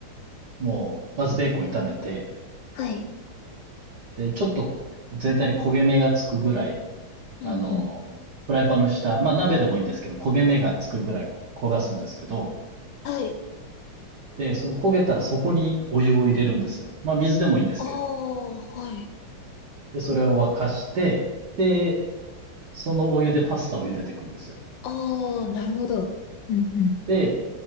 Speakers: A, on the right; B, on the left.
A: もう、まずベーコン炒めて、
B: はい。
A: で、ちょっと全体に焦げ目がつくぐらい、
B: うんうん。
A: あの、フライパンの下、まあ鍋でもいいんですけど、焦げ目がつくぐらいこ焦がすんですけど、
B: はい。
A: で、その焦げたらそこにお湯を入れるんですよ。まあ水でもいいんですけど。
B: ああ、はい。
A: で、それを沸かして、で、そのお湯でパスタを茹でていくんですよ。
B: ああ、なるほど。うんうん。
A: で、